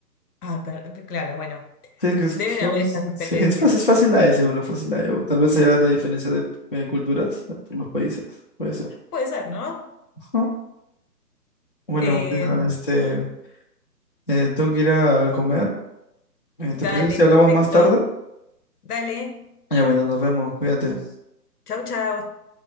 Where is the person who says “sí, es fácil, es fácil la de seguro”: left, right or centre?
Left